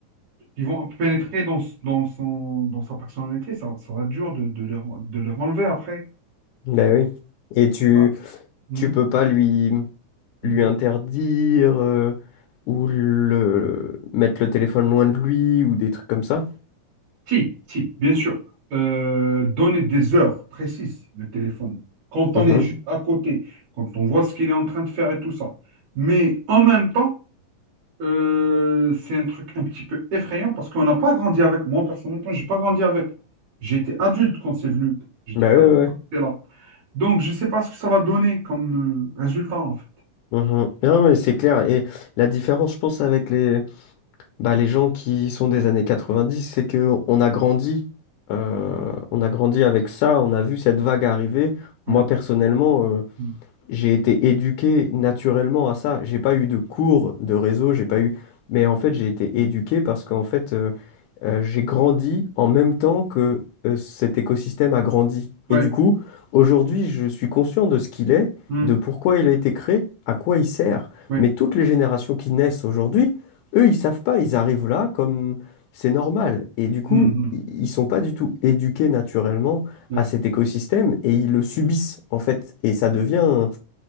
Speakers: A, on the right; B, on the left.
A: qui vont pénétrer dans, s- dans, son, dans sa personnalité, ça, ça va être dur de, de, leur, de leur enlever après.
B: Bah oui. Et tu,
A: Je sais pas. Mhm.
B: tu peux pas lui,
A: Mhm.
B: lui interdire euh, ou le mettre le téléphone loin de lui ou des trucs comme ça.
A: Si, si, bien sûr. Euh, donner des heures précises, le téléphone. Quand
B: Mhm.
A: on est juste à côté, quand on voit ce qu'il est en train de faire et tout ça. Mais en même temps, euh, c'est un truc un petit peu effrayant parce qu'on n'a pas grandi avec. Moi, personnellement, j'ai pas grandi avec. J'étais adulte quand c'est venu. J'étais
B: Bah ouais,
A: adulte
B: ouais. ouais.
A: quand c'était là. Donc, je sais pas ce que ça va donner comme euh, résultat, en fait.
B: Mhm. Non, mais c'est clair. Et la différence, je pense, avec les, bah, les gens qui sont des années 90, c'est que on a grandi, euh, on a grandi avec ça, on a vu cette vague arriver.
A: Ouais.
B: Moi, personnellement, euh,
A: Mm.
B: j'ai été éduqué naturellement à ça. J'ai pas eu de cours de réseau, j'ai pas eu. Mais en fait, j'ai été éduqué parce qu'en fait, euh, euh, j'ai grandi en même temps que euh, cet écosystème a grandi.
A: Ouais.
B: Et du coup, aujourd'hui, je suis conscient de ce qu'il est,
A: Mm.
B: de pourquoi il a été créé, à quoi il sert.
A: Ouais.
B: Mais toutes les générations qui naissent aujourd'hui, eux, ils savent pas, ils arrivent là comme c'est normal. Et du coup,
A: Mm. Mm.
B: i- ils sont pas du tout éduqués naturellement
A: Ouais.
B: à cet écosystème et ils le subissent en fait. Et ça devient